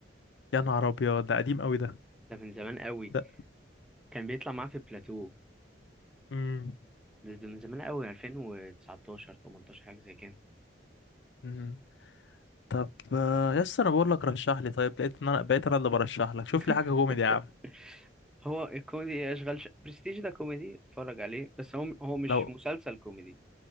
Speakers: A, on the left; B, in the centre.
A: يا نهار ابيض ده قديم قوي ده
B: ده من زمان قوي
A: ده
B: كان بيطلع معاه في بلاتو
A: مم.
B: ده ده من زمان قوي 2019 18 حاجة زي كده
A: ده طب آه، يس انا بقول لك رشح لي طيب لقيت ان انا بقيت انا اللي برشح لك شوف
B: <laughs>
A: لي حاجه كوميدي يا عم
B: هو الكوميدي إيه؟ اشغال ش... برستيج ده كوميدي اتفرج عليه بس هو هو مش
A: لو
B: مسلسل كوميدي